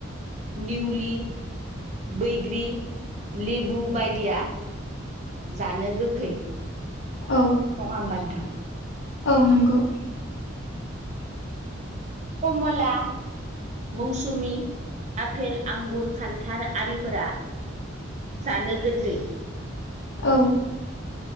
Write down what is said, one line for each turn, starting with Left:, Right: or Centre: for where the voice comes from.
Right: निउलि बैग्रि लेबु बायदिया जानो गोखै नङा
Left: औ
Right: होमबा नोंथां?
Left: औ नंगौ
Right: कमला मौसुमि आफपेल आंगुर खान्थाल आरिफोरा जानो गोदै।
Left: औ